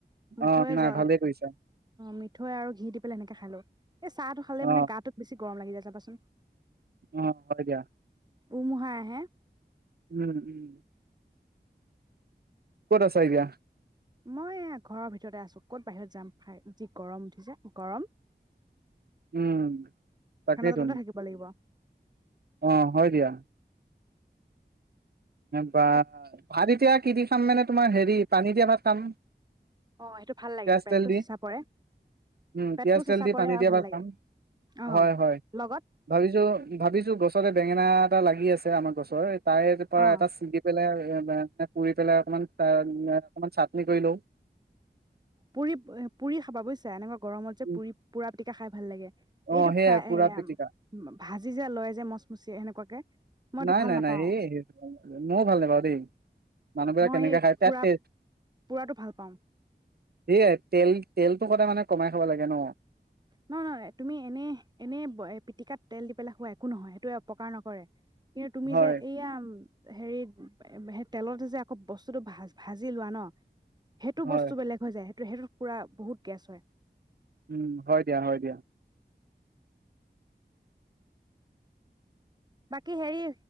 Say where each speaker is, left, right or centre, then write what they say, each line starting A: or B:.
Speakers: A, on the right; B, on the right.
A: মিঠৈ
B: অ নাই
A: জ
B: ভালেই কৰিছা
A: মিঠৈ আৰু ঘি দি পেলাই সেনেকে খালোঁ। এ চাহ হালে
B: অ
A: মানে গাটোত বেছ গৰম লাগি যায় যাবাচোন
B: অ হয় দা
A: উমহা হে
B: উম উম কতছ আহ দয়াা
A: মই ঘৰৰ ভিতৰতে আছো ক'ত বাহিৰত যামাই যি গৰম উঠিছে গৰম
B: উম তাকেইত
A: ফেনৰ তলতে থাকিব লাগিব
B: অ হয় দিয়া বা
A: তাক
B: ভাত এতিয়া কি দি খাম মানে তোমাৰ হেৰি পানী দিয়া ভাত খাম
A: অ সেইটো ভাল লাগে
B: পিয়াজ
A: পেটটো
B: তেল দি
A: চেঁচা পৰে
B: উম
A: পেটটো
B: পিয়াজ
A: চেঁচা
B: তেল দি
A: পৰে
B: পানী
A: আৰু
B: দা
A: ভাল
B: বা
A: লাগে
B: খাম
A: অ
B: হয় হয়
A: লগত
B: ভাবিছো ভাবিছো গছত বেঙেনা এটা লাগি আছে আমাৰ গছৰ তাৰে এটা
A: অ
B: ছিগি পেলাই পুৰি পেলাই অকমান অকমান চাটনি কৰি লও
A: পুৰি পুৰি খাবা বুজিছা এনেকুৱা গৰমত যে
B: উম,
A: পুৰি পুৰা এ খাই ভাল লাগে
B: অ
A: এইটো
B: সেইয়াই
A: ফ্ৰাই
B: পুৰা
A: এ
B: পিটিকা
A: ভাজি যো লয় যে মচমচি সেনেকুৱাকে মই এইটো
B: নাই
A: ভাল
B: নাই
A: নাপাওঁ
B: নাই স ময়ো ভাল নাই বাৰু দেই মানুহবাক
A: মই
B: কেনেকে
A: এই
B: খাই তাত
A: পুৰা
B: টষ্ট
A: পুৰাটো ভাল পাওঁ
B: সে তেল তেলটো সদায় মানে কমাই খাব লাগে ন
A: নহ নহয় তুমি এনে এনে পিটিকাত তেল দি পেলাই খোৱা একো নহয় সেইটো উপকাৰ নকৰে কিন্তু তুমি
B: হয়
A: যে এইয়া হেৰি সেই তেলতে যে আকৌ বস্তুটো ভ ভাজি লোৱা ন সেইটো
B: হয়
A: বস্তু বেলেগ হৈ যায় ত সেইটোত পুৰা বহুত গেছ হয়
B: উম হয় দিয়া হয় দিয়া
A: বাকী হেৰি